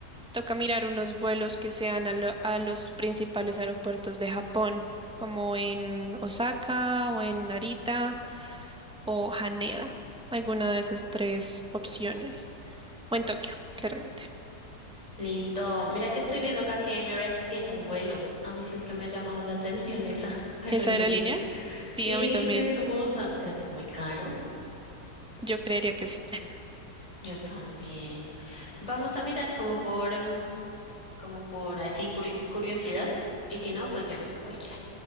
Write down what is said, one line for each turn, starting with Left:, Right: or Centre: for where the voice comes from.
Centre: toca mirar unos vuelos que sean a, lo- a los principales aeropuertos de Japón, como en Osaka o en Narita o Haneda, alguna de esas tres opciones, o en Tokio, claramente.
Left: Listo. Mira que estoy viendo acá que Emirates tiene un vuelo. A mí siempre me ha llamado la atención esa <laughs> aerolínea.
Centre: ¿Esa aerolínea?
Left: Sí,
Centre: Sí, a mí también.
Left: se ve hermosa. ¿Será que es muy caro?
Centre: Yo creería que sí. <laughs>
Left: Yo también. Vamos a mirar como por, mm, como por así, por curiosidad. Y si no, pues viajamos en cualquiera.